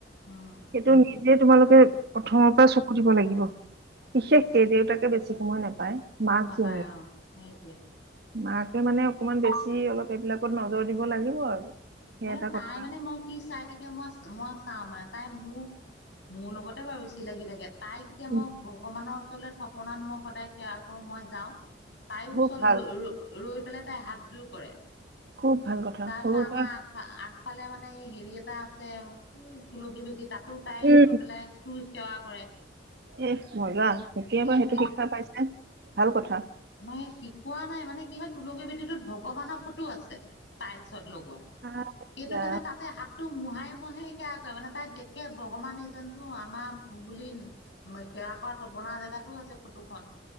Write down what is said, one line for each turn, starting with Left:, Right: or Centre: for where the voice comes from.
Left: উম
Right: সেইটো নি যে তোমালোকে প্ৰথমৰ পৰা চকু দিব লাগিব। বিশেষকে দেউতাকে বেছি সময় নাপায়। মাকজনীয়ে
Left: নাপায় অঁ' সেইটোৱেই।
Right: মাকে মানে অকমান বেছি অলপ এইবিলাকত নজৰ দিব লাগিব আৰু। সেই
Left: মানে
Right: এটা
Left: তাই
Right: কথা
Left: মানে মই কি চাই থাকে মই-মই চাওঁ মানে তাই মোৰ মোৰ লগতে বাৰু বেছি লাগি থাকে। তাইক এতিয়া
Right: উম,
Left: মই ভগৱানৰ ওচৰলৈ থপনাত মই সদায় সেৱা কৰো মই যাওঁ। তাইয়ো
Right: খুব
Left: ওচৰত
Right: ভাল
Left: ৰ-ৰৈ পেলাই তাই হাতযোৰ কৰে।
Right: খুব ভাল কথা
Left: তাৰপিছত
Right: সৰুৰ
Left: আমাৰ
Right: পৰা
Left: আগফালে মানে এই হেৰি এটা আছে তুলসী ভেতি তাত তটো তাই
Right: উম,
Left: গৈ পেলাই চই সেৱা কৰে।
Right: এহ মজা, এতিয়া
Left: এ
Right: পৰা সেইটো
Left: শি
Right: শিক্ষা পাইছে ভাল কথা।
Left: নহয়, শিকোৱা নাই মানে কি হয় তুলসী ভেতিটোত ভগৱানৰ ফটো আছে টাইলছত লগোৱা।
Right: আচ্ছা,
Left: সেইটো কাৰণে তাতে হাত টো মহাই মহাই সেৱা কৰে মানে তাই দেখে ভগৱান এইজনটো আমাৰ বুলি সেৱা কৰা থপনা জেগাতো আছে ফটোখন।